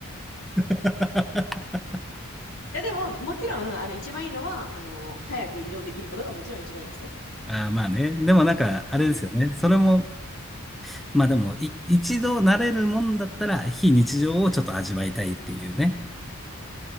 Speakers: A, in the centre; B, on the left (about 65°).
A: <laughs>
B: いや、でも、もちろん、あの、一番いいのは、あの、早く移動できることがもちろん一番いいですよ。
A: ああ、まあね。でもなんか、あれですよね。
B: うん。
A: それも、まあでも、い一度慣れるもんだったら、非日常をちょっと味わいたいっていうね。